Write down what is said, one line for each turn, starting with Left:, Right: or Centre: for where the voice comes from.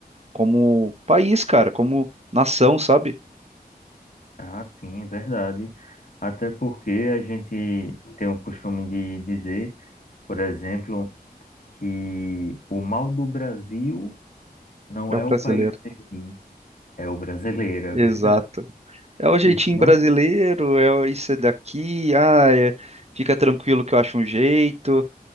Right: Como país, cara, como nação, sabe?
Left: Ah, sim, é verdade. Até porque a gente tem um costume de dizer, por exemplo, que o mal do Brasil não
Right: É
Left: é
Right: o brasileiro.
Left: o país em si, é o brasileiro, é
Right: Exato.
Left: verdade.
Right: É o jeitinho
Left: Então,
Right: brasileiro, é o- isso é daqui, ah, é- fica tranquilo que eu acho um jeito.